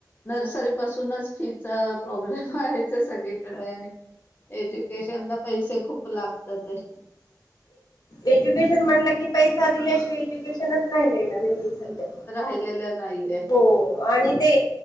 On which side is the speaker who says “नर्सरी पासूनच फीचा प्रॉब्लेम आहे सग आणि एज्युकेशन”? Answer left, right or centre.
Left